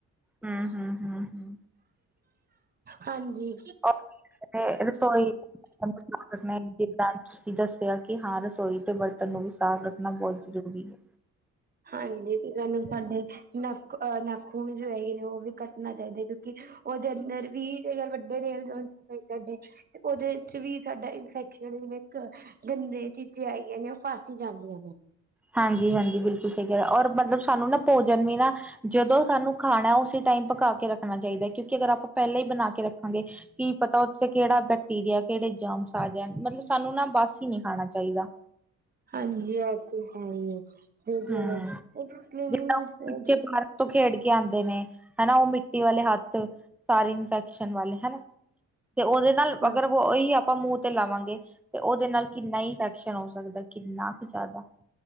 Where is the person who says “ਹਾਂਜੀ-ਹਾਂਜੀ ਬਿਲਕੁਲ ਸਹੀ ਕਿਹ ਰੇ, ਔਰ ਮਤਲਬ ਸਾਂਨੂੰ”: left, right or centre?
Centre